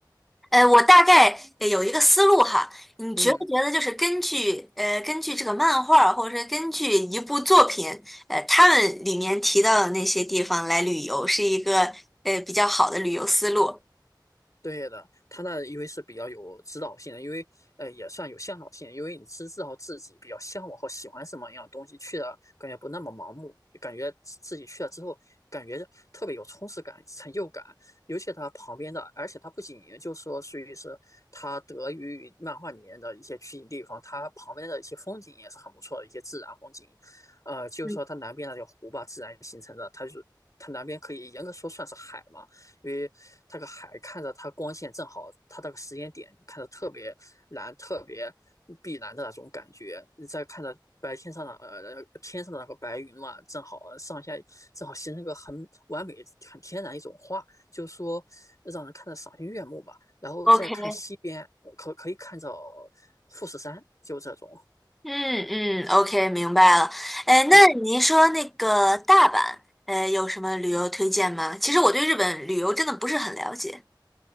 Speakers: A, in the centre; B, on the left.
A: 呃，我大概呃有一个思路哈，你觉不觉得就是根据呃根据这个漫画儿，
B: 嗯，
A: 或者是根据一部作品，呃，他们里面提到的那些地方来旅游，是一个呃比较好的旅游思路？
B: 对的，他那因为是比较有指导性的，因为呃也算有向导性，因为你是知道自己比较向往和喜欢什么样的东西，去了感觉不那么盲目，感觉自己去了之后感觉特别有充实感、成就感。尤其他旁边的，而且他不仅就说属于是他得益于漫画里面的一些取景地方，他旁边的一些风景也是很不错的一些自然风景，呃，就是说它南边那条湖吧，
A: 嗯
B: 自然形成的，它就它南边可以严格说算是海嘛。因为那个海看着它光线正好，它那个时间点看着特别蓝、特别碧蓝的那种感觉。你再看着白天上的呃天上的那个白云嘛，正好上下正好形成一个很完美、很天然一种花，就是说让人看着赏心悦目吧。然后再看西边，
A: ，OK，
B: 可可以看到富士山，就这种。
A: 嗯嗯，OK，明白了。呃，那您说那个大阪，
B: 嗯
A: 呃，有什么旅游推荐吗？其实我对日本旅游真的不是很了解，